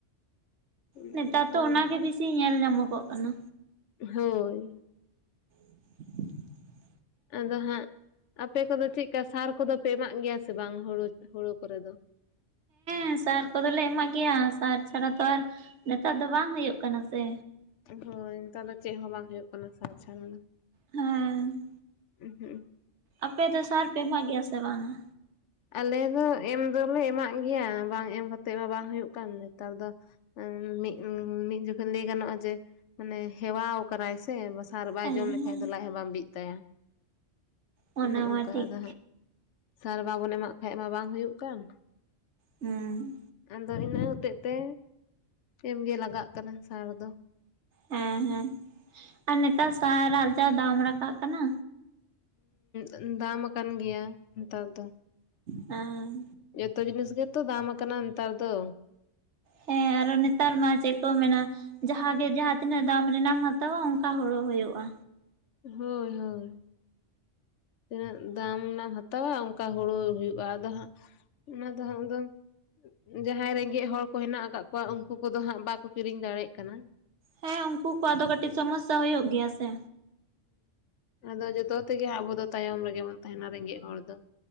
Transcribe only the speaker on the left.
ᱚᱱᱠᱟᱜᱮ
ᱦᱳᱭ
ᱟᱫᱚ ᱦᱟᱸᱜ ᱟᱯᱮ ᱠᱚᱫᱚ ᱪᱮᱫᱠᱟ ᱥᱟᱨ ᱠᱚᱫᱚ ᱯᱮ ᱮᱢᱟᱜ ᱜᱮᱭᱟ ᱥᱮ ᱵᱟᱝ ᱦᱩᱲᱩ ᱦᱩᱲᱩ ᱠᱚᱨᱮ ᱫᱚ?
ᱦᱳᱭ ᱱᱮᱛᱟᱨ ᱫᱚ ᱪᱮᱫ ᱦᱚᱸ ᱵᱟᱝ ᱦᱩᱭᱩᱜ ᱠᱟᱱᱟ ᱥᱟᱨ ᱪᱷᱟᱲᱟ᱾
ᱦᱩᱸ
ᱟᱞᱮ ᱫᱚ ᱮᱢ ᱫᱚᱞᱮ ᱮᱢᱟᱜ ᱜᱮᱭᱟ ᱵᱟᱝ ᱮᱢ ᱠᱟᱛᱮᱫ ᱢᱟ ᱵᱟᱝ ᱦᱩᱭᱩᱜ ᱠᱟᱱ ᱱᱮᱛᱟᱨ ᱫᱚ᱾ ᱢᱤᱫ ᱢᱤᱫ ᱡᱚᱠᱷᱚᱱ ᱞᱟᱹᱭ ᱜᱟᱱᱚᱜᱼᱟ ᱡᱮ ᱢᱟᱱᱮ ᱦᱮᱣᱟᱠᱟᱭ ᱥᱮ ᱵᱟ ᱥᱟᱨ ᱵᱟᱭ
ᱡᱚᱢ
ᱞᱮᱠᱷᱷᱟᱡ ᱫᱚ ᱞᱟᱡ ᱦᱚᱸ ᱵᱟᱝ ᱵᱤᱜ ᱛᱟᱭᱟ
ᱚᱱᱮ ᱚᱱᱠᱟ
ᱟᱫᱚ ᱦᱟᱸᱜ ᱥᱟᱨ ᱵᱟᱵᱚᱱ ᱮᱢᱟᱜ ᱠᱷᱟᱡ ᱢᱟ ᱵᱟᱝ ᱦᱩᱭᱩᱜ ᱠᱟᱱ
ᱟᱫᱚ ᱤᱱᱟᱹ ᱦᱚᱛᱮᱜ ᱛᱮ ᱮᱢᱜᱮ ᱞᱟᱜᱟᱜ ᱠᱟᱱᱟ ᱥᱟᱨ ᱫᱚ᱾
ᱦᱮᱸ ᱫᱟᱢ ᱟᱠᱟᱱ ᱜᱮᱭᱟ ᱱᱮᱛᱟᱨ ᱫᱚ
ᱡᱚᱛᱚ ᱡᱤᱱᱤᱥ ᱜᱮᱛᱚ ᱫᱟᱢ ᱟᱠᱟᱱᱟ ᱱᱮᱛᱟᱨ ᱫᱚ
ᱦᱳᱭ ᱦᱳᱭ ᱛᱤᱱᱟᱹᱜ ᱫᱟᱢ ᱱᱟ ᱮᱢ ᱦᱟᱛᱟᱣᱟ ᱚᱱᱠᱟ ᱦᱩᱲᱩ ᱦᱩᱭᱩᱜᱼᱟ ᱟᱫᱚ ᱦᱟᱸᱜ ᱚᱱᱟ ᱫᱚ ᱦᱟᱸᱜ ᱟᱫᱚ ᱡᱟᱦᱟᱸᱭ ᱨᱮᱸᱜᱮᱡ ᱦᱚᱲ ᱠᱚ ᱦᱮᱱᱟᱜ ᱟᱠᱟᱫ ᱠᱚᱣᱟ ᱩᱱᱠᱩ ᱠᱚᱫᱚ ᱦᱟᱸᱜ ᱵᱟᱠᱚ ᱠᱤᱨᱤᱧ ᱫᱟᱲᱮᱭᱟᱜ ᱠᱟᱱᱟ᱾
ᱦᱮᱸ ᱟᱫᱚ ᱡᱚᱛᱚ ᱛᱮᱜᱮ ᱟᱵᱚ ᱫᱚ ᱛᱟᱭᱚᱢ ᱨᱮᱜᱮ ᱵᱚᱱ ᱛᱟᱦᱮᱱᱟ ᱨᱮᱸᱜᱮᱡ ᱦᱚᱲ ᱫᱚ